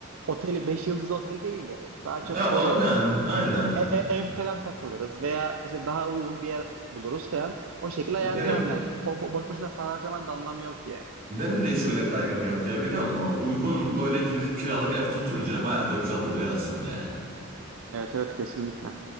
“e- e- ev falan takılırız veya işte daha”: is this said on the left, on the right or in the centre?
Right